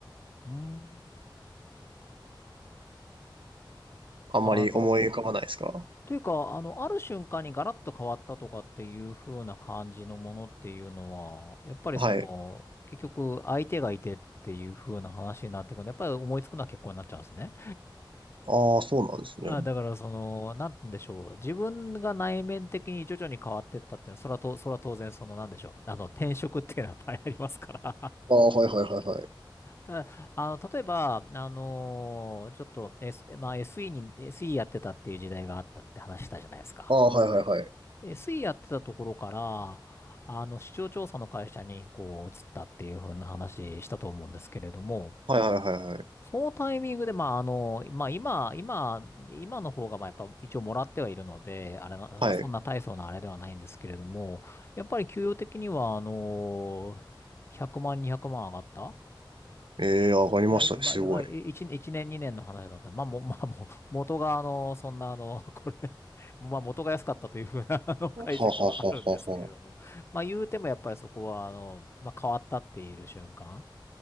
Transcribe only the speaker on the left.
うん、
あの、というか、あの、ある瞬間にガラッと変わったとかっていう風な感じのものっていうのは、やっぱりその、
結局相手がいてっていう風な話になってくるんで、やっぱり思いつくのは結婚になっちゃうんですね。
あ、だからその、なんて言うんでしょう。自分が内面的に徐々に変わってったって、それはと、それは当然その、なんでしょう。あの、転職っていうのはやっぱりありますから。
ただ、あの、例えば、あのーちょっと、S、まあ、SE に、SE やってたっていう時代があったって話したじゃないですか。
SE やってたところから、あの、市場調査の会社に、こう、移ったっていう風な話したと思うんですけれども、
そのタイミングで、まあ、あの、まあ、今、今、今の方が、まあ、やっぱ一応もらってはいるので、あれな、
まあ、そんな大層なあれではないんですけれども、やっぱり給与的には、あのー100万、200万上がった
いや、いまあ、
いやまあ、い一一年、二年の話だった。まあ、も、まあ、もう、元が、あの、そんな、あの、<laughs> これ、まあ、元が安かったというふうな、あの、解釈はあるんですけれども。
まあ、言うても、やっぱりそこは、あの、まあ、変わったっている瞬間っ